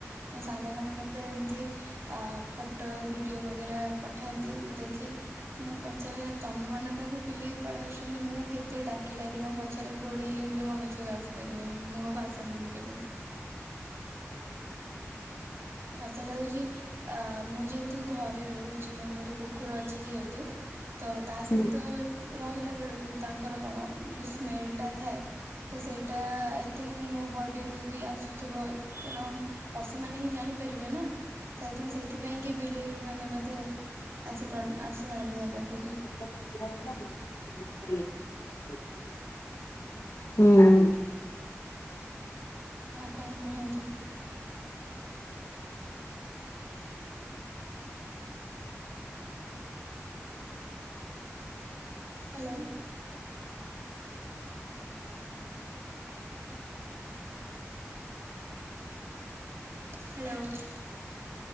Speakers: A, on the right; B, on the left.
A: ମୋ ସାଙ୍ଗ ମାନ ମ ତ ଏମତି ଆ ଫଟୋ ଭିଡିଓ ବଗେରା ପଠାନ୍ତି ମୁଁ ଦେଖେ ମୁଁ ପଚାରିଲା ତମ ମାନଙ୍କ ପାଖକୁ ପିଲେଇି ପଳେଇ ଆସଛନ୍ତି ମୁଁ କେତେ ଡାକି ଆ ପଛରେ ଗୋଡେଇଲେ ବି ମୋ ପଛକୁ ଆସି ପାରିବେନି ମୋ ପାଖକୁ ଆସନ୍ତିନି କେବେ ନଥିଲେ ହେଉଚି ଆ ମୁଁ ଯେହେତୁ ଘରେ ରହୁଛି ମୋର ଗୋଟେ କୁକୁର ଅଛି ଯେହେତୁ ତ ତା ସହିତ
B: ହୁଁ
A: ରହିଲା ବେଳକୁ ତାଙ୍କର କଣ ଯୋଉ ସ୍ମେଲ ଟା ଥାଏ ସେ ସେଇଟା ଆଇ ଥିଙ୍କ ମୋ ବଡର ରୁୁ ବି ଆସୁ ଥିବ କାରଣ ପଶୁ ମାନ ହିଁ ଜାଣି ପାରିବେ ନା ତ ଏଥିପାଇଁ କି ବିଲେଇ ମାନେ ବୋଧେ ଆସି ଆସୁନାହାନ୍ତି ମୋ ପାଖକୁ।
B: <unintelligible> ହୁଁ।
A: ଆଉ କଣ କୁହନ୍ତୁ? Hello. Hello.